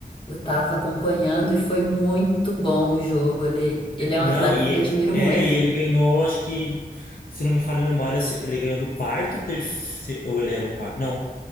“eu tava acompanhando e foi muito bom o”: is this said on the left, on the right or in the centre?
Left